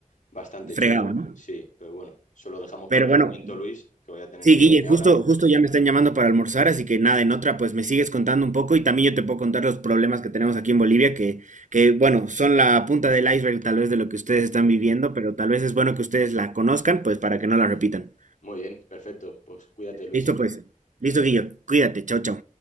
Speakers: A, on the left (about 65°); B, on the right (about 65°).
A: bastante chungo.
B: Fregado, ¿no?
A: Sí, pero bueno, eso lo dejamos
B: Pero
A: para otro
B: bueno,
A: momento, Luis, que voy a tener
B: Sí,
A: que
B: Guille,
A: irme
B: justo,
A: ahora.
B: justo ya me están llamando para almorzar, así que nada, en otra pues me sigues contando un poco y también yo te puedo contar los problemas que tenemos aquí en Bolivia, que, que bueno, son la punta del iceberg tal vez de lo que ustedes
A: <laughs>
B: están viviendo, pero tal vez es bueno que ustedes la conozcan pues para que no la repitan.
A: Muy bien, perfecto. Pues cuídate, Luis.
B: Listo pues, listo Guillo, cuídate, chao, chao.